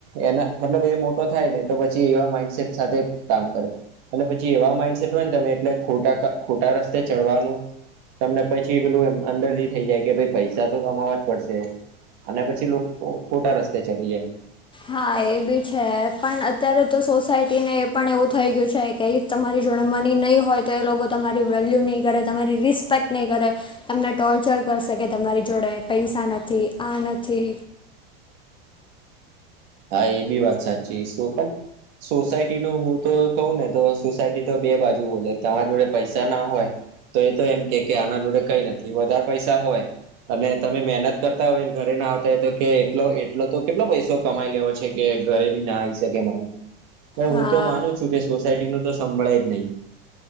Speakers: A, on the right; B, on the left.
A: એના મતલબ એ મોટો થાય ને તો પછી એવા માઈન્ડસેટ સાથે કામ કરે. અને પછી એવા માઈન્ડસેટ હોય ને તમે એટલે ખોટા ખોટા રસ્તે ચડવાનું. તમને પછી પેલું એ અંદર થી થઇ જાય કે પૈસા તો કમાવા જ પડશે. અને પછી લોકો ખોટા રસ્તે ચડી જાય.
B: હા એ બી છે પણ અત્યારે તો સોસાયટી ને એ પણ એવું થઈ ગયું છે. કે એ તમારી જોડે મની નહીં હોય તો એ લોકો તમારી વેલ્યુ નહીં કરે તમારી રિસ્પેક્ટ નહીં કરે તમને ટોર્ચર કરશે કે તમારી જોડે પૈસા નથી આ નથી
A: હા એ બી વાત સાચી શું પણ સોસાયટી નું હું તો કહું ને તો સોસાયટી તો બે બાજુ બોલે તમારા જોડે પૈસા ના હોય તો એ તો એમ કે આના જોડે કઈ નથી વધારે પૈસા હોય અને તમે મહેનત કરતા હોયને ઘરે ના આવતા હોય તો કે એટલો એટલો તો કેટલો પૈસો કમાઈ લેવ છે કે ઘરે બી ના આવી શકે મા હું
B: હા
A: તો માનું છું કે સોસાયટી નું તો સંભાળે જ નહીં.